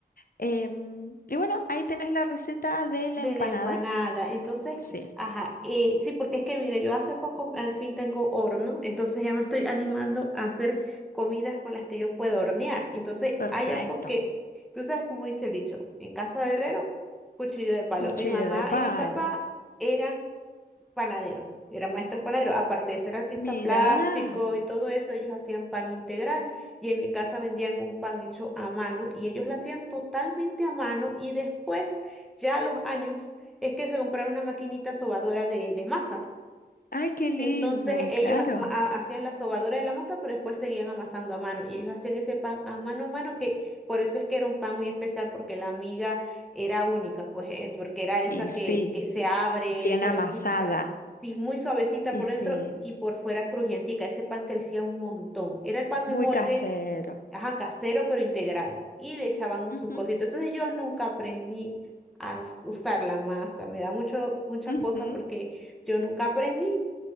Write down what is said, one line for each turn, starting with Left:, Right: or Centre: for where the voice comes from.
Left: Em, y bueno, ahí tenés la receta de la
Centre: de
Left: empanada.
Centre: la empanada. Entonces,
Left: Sí,
Centre: ajá, eh, sí, porque es que mire, yo hace poco al fin tengo horno, entonces ya me estoy animando a hacer comidas con las que yo puedo hornear. Entonces,
Left: perfecto.
Centre: hay algo que, tú sabes cómo dice el dicho, en casa de herrero, cuchillo de palo.
Left: Cuchillo
Centre: Mi mamá
Left: de palo.
Centre: y mi papá eran panadero, era maestro panadero. Aparte de ser artista
Left: Mirá.
Centre: plástico y todo eso, ellos hacían pan integral y en mi casa vendían un pan hecho a mano y ellos lo hacían totalmente a mano y después, ya a los años, es que se compraron una maquinita sobadora de, de masa.
Left: Ay, qué lindo,
Centre: Entonces ellos
Left: claro.
Centre: ama- ha- hacían la sobadura de la masa, pero después seguían amasando a mano. Y ellos hacían ese pan a mano a mano, que por eso es que era un pan muy especial, porque la miga era única, pues, eh, porque era esa
Left: Y
Centre: que,
Left: sí,
Centre: que se abre
Left: bien
Centre: suavecita,
Left: amasada.
Centre: sí, muy suavecita
Left: Y
Centre: por
Left: sí,
Centre: dentro y por fuera crujientica. Ese pan crecía un montón. Era el pan
Left: muy
Centre: de molde,
Left: casero.
Centre: ajá, casero, pero integral. Y le echaban sus
Left: Ujú,
Centre: cositas. Entonces yo nunca aprendí a us- usar la masa. Me da mucho, mucha
Left: ujú.
Centre: cosa porque yo nunca aprendí.